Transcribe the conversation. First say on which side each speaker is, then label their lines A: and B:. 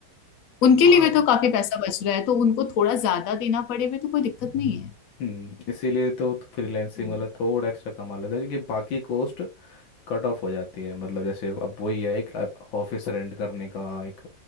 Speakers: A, on the left; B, on the left.
A: उनके
B: हाँ
A: लिए भी तो काफी पैसा बच रहा है तो उनको थोड़ा ज्यादा देना पड़े भी तो कोई दिक्कत नहीं है
B: हम्म इसीलिए तो फ्रीलांसिंग
A: हम्म,
B: वाला थोड़ा एक्स्ट्रा कमा लेता है क्योंकि बाकी कॉस्ट कट ऑफ हो जाती है मतलब जैसे अब वही है एक ऑफिस रेंट करने का एक